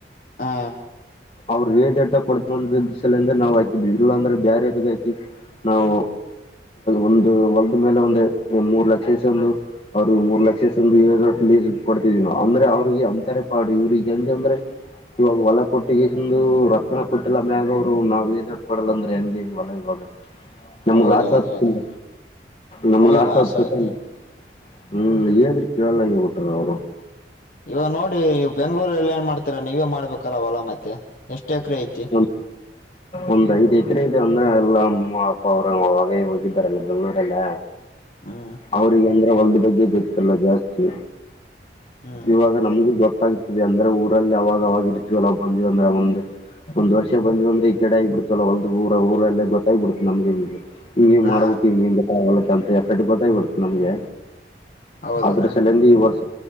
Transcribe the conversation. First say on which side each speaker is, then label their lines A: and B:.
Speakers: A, on the left; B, on the left.
A: ಹಾ
B: ಅವ್ರರು ಹೇದೇಟ ಕೊಡ್ತವ ಅ ದಸ ಎ ಅಂದ್ರ ನಾವು ಹಾಕಿದ್ವಿ ಇಲ್ಲ ಅಂದ್ರೆ ಬೇರೆ್ರಗ ಹಾಕಿ ನಾವು ಒಂದು ಹೊಲದ್ ಮೇಲೆ ಒಂದು ಮೂರ್ ಲಕ್ಷಸ ಇಸ್ಕೊಂಡು ಅವ್ರರು ಮೂರ್ ಲಕ್ಷಷ್ಟಂದ ಇ ಲೀಸ್ ಕೊಡ್ತಿದೀನ ಅಂದ್ರೆ ಅವ್ರಿಗೆ ಅಂತರ ಪಾಡು ಇವ್ರಿಗೆ ಹೆಂಗ ಅಂದ್ರೆ ಇವಾಗ ಹೊಲ ಕೊಟ್ಟಿಕೆಸಿ ಎಂದು ರೊಕ್ಕ ಕೊಟ್ಟಿಲ್ಲ ಮ್ಯಾಗ ಅವ್ರು ನಾವು ಡ್ ಕೊಡಲ್ಲ ಅಂದ್ರೆ ಹಂಗೆ ಹೊಲ ಇವಾಗ ನಮ್ಗ್
A: ಹೌದೌದೌದು
B: ಲಾಸ್ ಆತಿಲ್ಲ ನಮ್ಗ್
A: ಹೌದು
B: ಆಾಸ್
A: ಲಾಸ್
B: ಆತಲ್ಲ
A: ಆಗತ್ತೆ
B: ಹೂ ಹೇಳ್ರಿ ಕೇಳಗಬಿಟ್ರ ಅವ್ರು
A: ಇವಾಗ ನೋಡಿ ನೀವು ಬೆಂಗ್ಗಳೂರಲ್ಲಿ ಏನ್ ಮಾಡ್ತೀರಾ ನೀವೇ ಮಾಡ್ಬೇಕಲ್ಲ ಹೊಲಾ ಮತ್ತೆ ಎಷ್ಟ್ ಎಕರೆ ಐತ್ತು
B: ಹೌ ಒಂದ ಐಡ್ ಎಕರೆ ಇದೆ ಅಂದ್ರೆ ಎಲ್ಲ ಅಮ್ಮ ಅಪ್ಪ ಅವರು ಆ ಹೋಗಿದ್ದಾರಲ್ಲ ಬೆಂಗ್ಗಳೂರಲ್ಲ
A: ಹ್ಮ್
B: ಅವ್ರಿಗೆ ಅಂದ್ರೆ ಹೊಲ್ದ ಬಗ್ಗೆ ಗೊತ್ತಿಲ್ಲ ಜಾಸ್ತಿ
A: ಹ್ಮ್
B: ಇವಾಗ ನಮ್ಗೂ ಗೊತ್ತಾಗ್ತಿದೆ ಅಂದ್ರೆ ಊರಲ್ಲಿ ಅವಾವಾಗಾಗ ಇರ್ತವಲ್ಲ ಬಂದಿವವ ಅಂದ್ರೆ ಒಂದಂದು ಒಂದ್ ವರ್ಷ ಬಂದ್ ಬಂದ್ರೆ ಈ ಕಡೆ ಆಗ್ಿಬಿಡ್ತಲ್ಲ ಹೊಲ್ದ ಊರ ಊರಲ್ಲೇ ಗೊತ್ತಾಗ್ಬ ಬಿಡತು ನಮ್ಗೆ ಹಗೆ ಹಿಂ ಹಿಂಗ
A: ಹಾ
B: ಮಾಡಬೇಕು ಹಿಂಗ ಹಿಂಗಗೆ ಆಗ ಅಂತ ಎಫೆ ಗೊತ್ತಾಗಬ ಬಿಡುತ್ತೆ ನಮಗೆ
A: ಹೌದು
B: ಅ್ರ ಈ ವರ್ಷ